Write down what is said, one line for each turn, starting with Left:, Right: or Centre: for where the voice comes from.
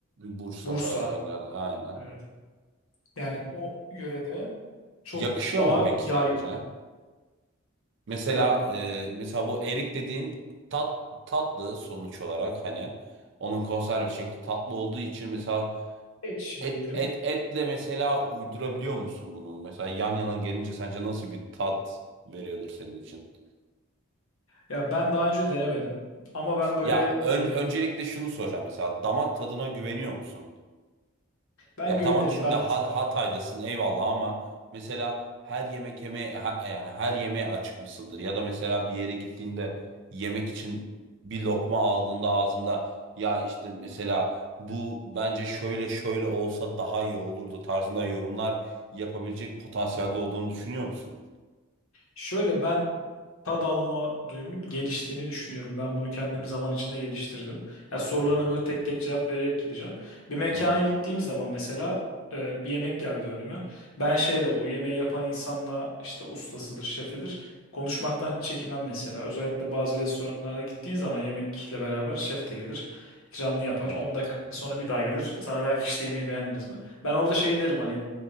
Right: Bursa
Left: Bursa
Right: tarzı yerlerde aynen.
Left: Evet. yani o yörede çok
Right: Yakışıyor
Left: daha
Right: mu peki
Left: yay
Right: sence? Mesela
Left: ya
Right: e, mesela bu erik dediğin tat tatlı sonuç olarak hani onun konserve şekli tatlı olduğu için mesela
Left: tek şey
Right: et
Left: diyelim.
Right: et etle mesela uydurabiliyor musun bunu? Mesela yan yana gelince sence nasıl bir tat veriyordur senin için?
Left: Ya ben daha önce denemedim ama ben böyle
Right: Ya ön-
Left: e,
Right: öncelikle şunu soracağım mesela damak tadına güveniyor musun?
Left: ben
Right: Ya
Left: güvenirim.
Right: tamam şimdi
Left: Ben
Right: Ha-
Left: mesela
Right: Hatay'dasın eyvallah ama mesela her yemek yemeye ha- yani her yemeğe açık mısındır? Ya da mesela bir yere gittiğinde yemek için bir lokma aldığında ağzında ya işte mesela bu bence şöyle şöyle olsa daha iyi olurdu tarzında yorumlar yapabilecek potansiyelde olduğunu düşünüyor musun?
Left: şöyle ben tad alma duyumun geliştiğini düşünüyorum. Ben bunu kendim zaman içinde geliştirdim. Ya sorularına
Right: Hı hı,
Left: böyle tek tek cevap vererek gideceğim. Bir mekana
Right: hı hı,
Left: gittiğim zaman mesela e, bir yemek geldi önüme. Ben şeyle o yemeği yapan insanla işte ustasıdır, şefidir konuşmaktan çekinmem mesela. Özellikle bazı restoranlarda gittiğin zaman yemekle beraber şef de gelir. ikramını yapar.
Right: Evet.
Left: 10 dakika sonra bir daha gelir. Sana der ki işte yemeği beğendiniz mi? Ben orada şey derim hani